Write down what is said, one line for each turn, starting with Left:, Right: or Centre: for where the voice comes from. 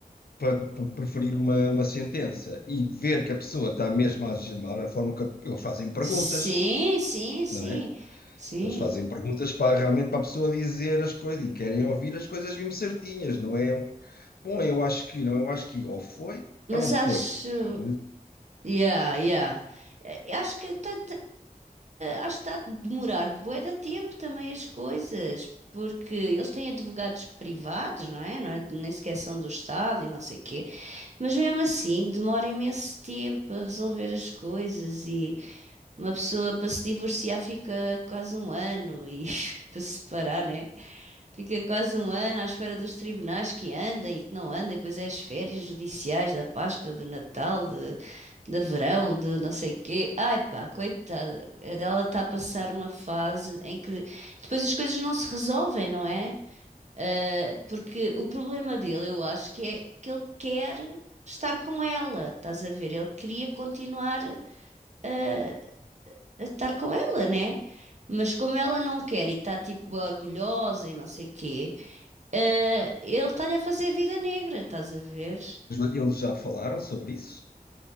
Left: para para preferir uma, uma sentença e ver que a pessoa está mesmo a agir mal, a forma que a- eles fazem perguntas,
Right: Sim, sim, sim,
Left: não é?
Right: sim.
Left: Eles fazem perguntas para realmente para a pessoa dizer as coisas e querem ouvir as coisas mesmo certinhas, não é um, bom, eu acho que, não, eu acho que, ou foi
Right: Mas
Left: ou não foi.
Right: acho.
Left: Mas,
Right: Yeah, yeah. Eh, Acho que está acho que tá a demorar bué de tempo também as coisas, porque eles têm advogados privados, não é? Não é? Nem sequer são do Estado e não sei quê. Mas mesmo assim, demora imenso tempo a resolver as coisas e uma pessoa para se divorciar fica quase um ano e <laughs> para se separar, né? Fica quase um ano à espera dos tribunais que andem e que não andem, pois é as férias judiciais da Páscoa, do Natal, de, de verão, de não sei quê. Ai pá, coitada, ela está a passar uma fase em que depois as coisas não se resolvem, não é? Ah, porque o problema dele, eu acho que é que ele quer estar com ela, estás a ver? Ele queria continuar ah, a estar com ela, né? Mas como ela não quer e está tipo orgulhosa e não sei quê. Eh, ele está-lhe a fazer vida negra, estás a ver?
Left: eles já falaram sobre isso,